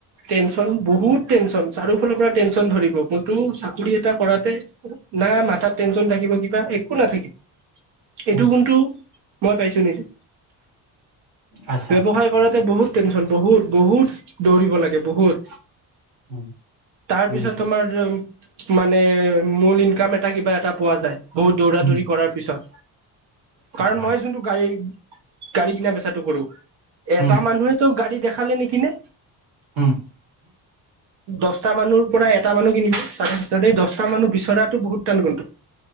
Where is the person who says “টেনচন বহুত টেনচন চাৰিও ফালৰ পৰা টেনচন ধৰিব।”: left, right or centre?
Right